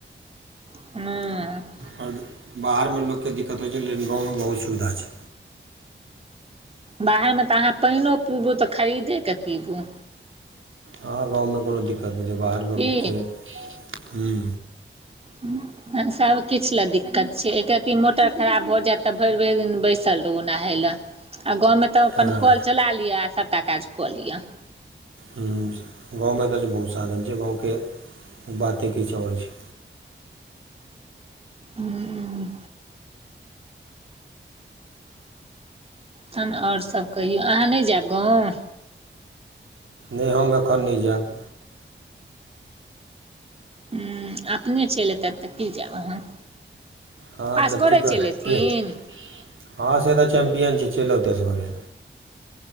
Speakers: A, on the right; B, on the right.
A: हुं।
B: पर बाहर में लोक के दिक्कत होइ छै लेकिन गाँव में बहुत सुविधा छै।
A: बाहर मे़ त अहाँ पैनो पीबू, त खरीदे क पीबू।
B: हँ गाँव में कोनो दिक्कत नै छै बाहरमे
A: की
B: छै, हुं।
A: हुं, अ- सव किछ ले दिक्कत छै, एक रती मोटर खराब भ जेत त भैर-भैर दिन बैसल रहू ओन नहै ले, आ गाँव मे त अपन
B: हँ
A: कल चला लिअ आ सबटा काज क लिअ।
B: हुं, गाँव में त च बहुत साधन छै गाँवके बाते किछ और छै।
A: हूँ। तहन और सब कहियौ, अहाँ नै जेब गाँव?
B: नै हम एखन नै जेब।
A: हूँ, अपने चैल एतैथ त तक की जेब अहाँ?
B: हँ
A: असगरे
B: तऽ टिकट
A: चैल एथीन?
B: हँ से त चैम्पियन छै चैल औतै असगरे।